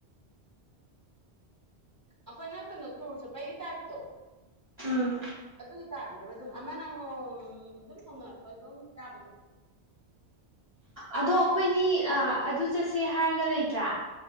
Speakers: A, on the right; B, on the right.
A: ꯑꯩꯈꯣꯏꯅ ꯀꯩꯅꯣ ꯇꯨꯔ ꯆꯠꯄꯒꯤ ꯇꯥꯏꯄꯇꯣ
B: ꯎꯝ
A: ꯑꯗꯨꯒꯤ ꯇꯥꯏꯄꯅꯦ ꯑꯝꯅ ꯑꯃꯃꯝ ꯑꯃꯃꯝ ꯑꯗꯨꯝ ꯍꯧꯅꯔꯛꯄ ꯑꯗꯨꯝ ꯌꯥꯕꯗꯨ
B: ꯑꯗꯣ ꯑꯩꯈꯣꯏꯅꯤ ꯑꯗꯨ ꯆꯠꯁꯦ ꯍꯥꯏꯔꯒ ꯂꯩꯇ꯭ꯔꯥ